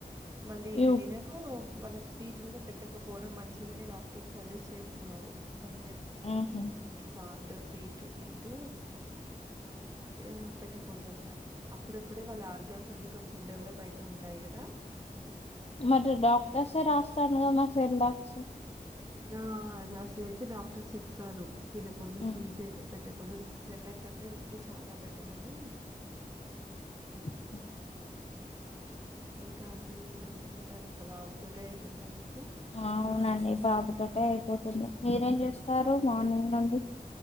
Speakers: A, on the right (about 20°); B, on the left (about 40°).
A: మళ్ళీ ఇది
B: ఇ
A: దినరు వాళ్ళకి స్వీట్ కూడా పెట్టకపోవడం మంచిదని డాక్టర్ సజెస్ట్ చేస్తున్నారు వన్ ఇయర్
B: ఉమ్ హు
A: సాల్ట్ స్వీట్ స్వీట్ యా పెట్టకూడదంట అప్పుడప్పుడే వాళ్ళ ఆర్గాన్స్ అన్ని కొంచెం డెవలప్ అయితూ ఉంటాయి గదా <inaudible>
B: మరి డాక్టర్సే రాస్తానుగా మరి సెర్లాక్స్
A: ఆ అ అసలైతే డాక్టర్ చెప్తారు తినకూడదు
B: ఉమ్.
A: స్వీట్ అయితే పె ట్ట కూడదు సెర్లాక్ కంటే ఉగ్గు చాలా బెటర్ అని
B: ఇ <inaudible>
A: ఇంకా అండి ఏం జేస్తుంటారు ఇంకా బాబుతోటే ఐతుందా మీకు
B: ఆ అవునండి బాబుతోటే అయిపోతుంది మీరేం జేస్తారు మార్నింగ్ నుండి